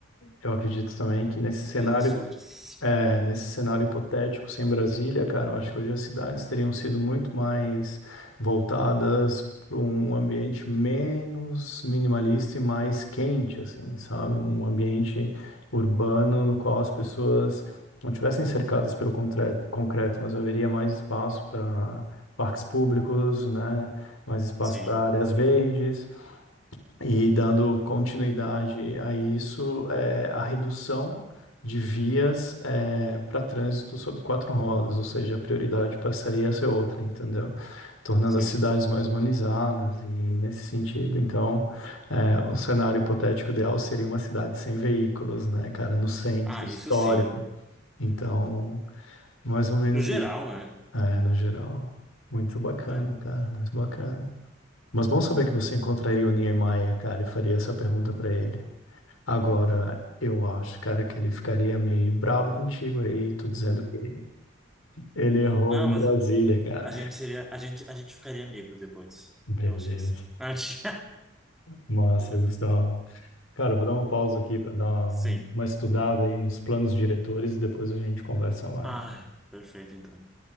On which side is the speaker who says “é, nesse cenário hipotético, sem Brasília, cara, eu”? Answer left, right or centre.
Left